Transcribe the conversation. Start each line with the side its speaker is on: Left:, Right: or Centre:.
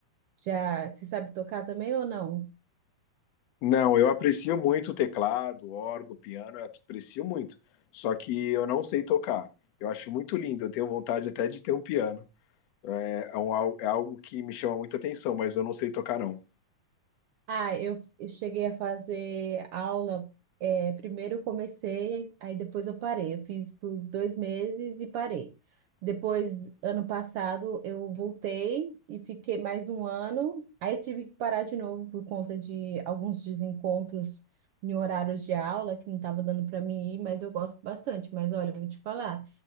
Right: Já, você sabe tocar também ou não?
Left: Não, eu aprecio muito o teclado, o órgão, o piano, eu aprecio muito. Só que eu não sei tocar. Eu acho muito lindo, eu tenho vontade até de ter um piano. É, é um al- é algo que me chama muita atenção, mas eu não sei tocar, não.
Right: Ah, eu, f- eu cheguei a fazer aula. é, primeiro eu comecei, aí depois eu parei. Eu fiz por dois meses e parei. Depois, ano passado, eu voltei e fiquei mais um ano. Aí tive que parar de novo por conta de alguns desencontros em horários de aula que não estava dando para mim ir, mas eu gosto bastante. Mas olha, eu vou te falar,